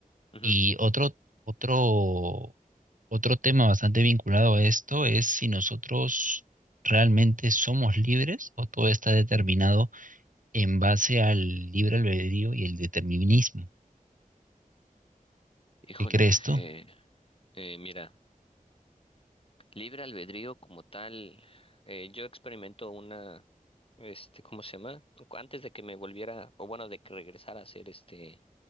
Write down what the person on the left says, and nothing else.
Ujú.
Híjole,
eh, eh, mira, libre albedrío como tal, eh, yo experimento una, este, ¿cómo se llama? Antes de que me volviera, o bueno, de que regresara a ser este